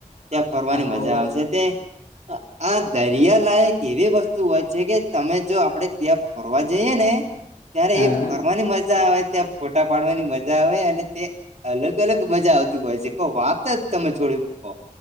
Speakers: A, on the right; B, on the left.
A: ત્યાં ફરવાની
B: હા સૌરાષ્ટ્ર
A: મજા આવશે તે આ દરિયાલાાયક એવી વસ્તુ હોય છે કે તમે જો આપણે ત્યાં ફરવા જઈએ ને ત્યારે
B: હા
A: એ ફરવાની મજા આવે ત્યાં ફોટા પાડવાની મજા આવે અને તે અલગ અલગ મજા આવતી હોય છે કો વાત જ તમે છોડી મૂકો